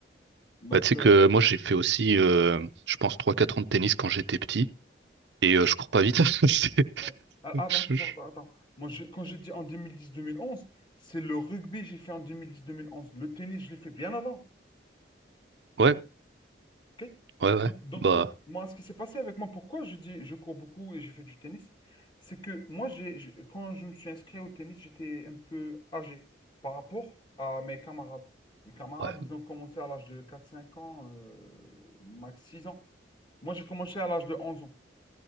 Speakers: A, on the left; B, on the right.
A: Donc,
B: Bah, tu sais
A: euh,
B: que moi, j'ai fait aussi, euh, je pense, trois quatre ans de tennis quand j'étais petit. Et euh, je cours pas vite. <laughs> C'est-
A: Ouais. Ah, Attends,
B: je-
A: attends,
B: je-
A: attends. attends. Moi, je- quand je dis en deux deux mille dix, mille onze, c'est le rugby que j'ai fait en deux deux mille dix, mille onze. Le tennis, je l'ai fait bien avant.
B: Ouais,
A: ok
B: ouais, ouais.
A: Donc, donc,
B: Bah,
A: euh, moi, ce qui s'est passé avec moi, pourquoi je dis je cours beaucoup et j'ai fait du tennis, c'est que moi, j'ai, j'ai- quand je me suis inscrit au tennis, j'étais un peu âgé par rapport à mes camarades. Mes camarades,
B: ouais,
A: ils ont commencé à l'âge de quatre, cinq ans, euh, max 6 ans. Moi, j'ai commencé à l'âge de 11 ans.